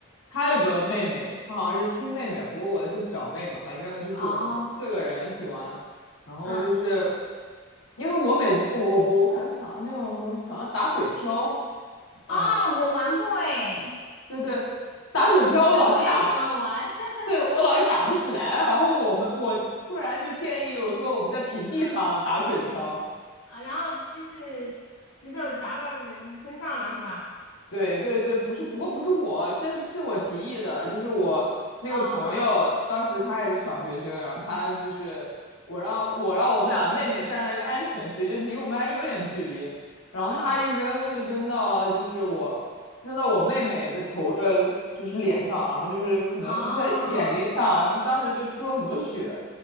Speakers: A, on the left (about 85°); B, on the left (about 60°).
A: 她有个妹妹，她好像是亲妹妹，不过我的是表妹嘛，反正就是我们四个人一起玩，
B: 哦，
A: 然后就是
B: 嗯
A: 因为我每次我我我感觉想到那种什么想到打水漂，嗯，
B: 哦，我玩过诶，
A: 对对。打水漂，
B: <laughs>
A: 我老是打，
B: 我也喜欢玩。<laughs>
A: 对，我老是打不起来，然后我们我突然就建议我说我们在平地上打水漂，
B: 嗯啊，然后就是石头砸到人身上了是吧？
A: 对对对，不是，不过不是我，这是是我提议的，就是我那个朋友，
B: 哦
A: 当时他也是小学生，然后他就是我让我让我们俩妹妹站在一个安全区，就离我们还有点距离，然后他一扔就扔到就是我扔到我妹妹的头，
B: 啊
A: 呃，就是脸上，然后就是可能是在眼睛上，
B: 哦
A: 然后当时就出了很多血，